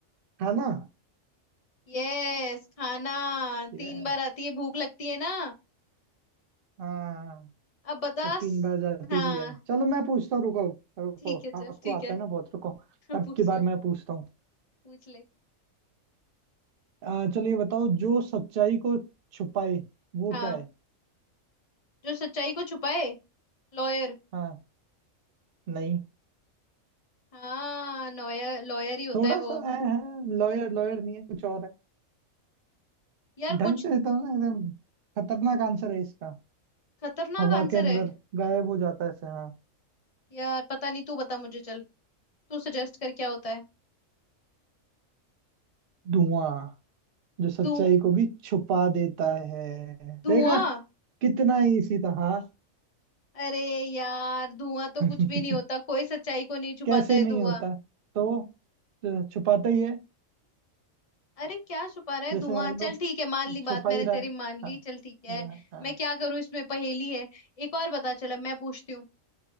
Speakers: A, on the right (about 60°); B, on the left (about 60°).
A: है ना
B: यस खाना
A: यस
B: तीन बार आती है भूख लगती है ना
A: हाँ
B: अब बता
A: और
B: स-
A: तीन बार जाती
B: हाँ
A: भी है चलो मैं पूछता हूँ रुको रुको
B: ठीक है चल
A: आपको
B: ठीक
A: आता
B: है
A: है ना बहुत रुको
B: <laughs>
A: अब
B: पूछ
A: की बार
B: ले
A: मैं पूछता हूँ
B: पूछ ले
A: अ, चलो ये बताओ जो सच्चाई को छुपाए वो
B: हाँ
A: क्या है
B: जो सच्चाई को छुपाए लॉयर
A: हाँ नहीं
B: हाँ लॉयर लॉयर ही होता
A: थोड़ा
B: है
A: सा
B: वो
A: लॉयर लॉयर नहीं है कुछ और है
B: यार
A: ढंग
B: कुछ
A: से बताओ ना एकदम खतरनाक आंसर है इसका
B: खतरनाक
A: हवा
B: आंसर
A: के अंदर
B: है
A: गायब हो जाता है ऐसे हाँ
B: यार पता नहीं तू बता मुझे चल तू सजेस्ट कर क्या होता है
A: धुआं जो सच्चाई
B: धु
A: को भी छुपा देता है
B: धुआं
A: देखा कितना इसी तरह
B: अरे यार धुआं तो
A: <laughs>
B: कुछ भी नहीं होता कोई सच्चाई को नहीं छुपाता
A: कैसे
B: है
A: नहीं
B: धुआं
A: होता तो जो छुपाता ही है
B: अरे क्या छुपा रहा है
A: जैसे
B: धुआं
A: मान लो
B: चल ठीक है मान ली
A: छुपा
B: बात मैंने
A: ही रहा
B: तेरी
A: है
B: मान ली
A: हाँ
B: चल ठीक है
A: हाँ हाँ
B: मैं क्या करूं इसमें पहेली है एक और बता चल अब मैं पूछती हूँ